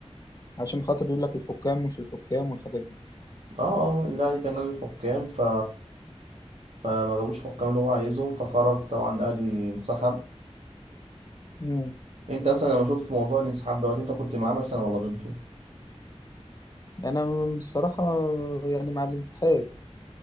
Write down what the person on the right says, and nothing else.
اه اه الاهلي كان نادي الحكام ف فما جابوش حكام اللي هو عايزهم فخرج طبعا الاهلي انسحب
انت اصلا لما شفت موضوع الانسحاب دوت انت كنت معاه مثلا ولا ضده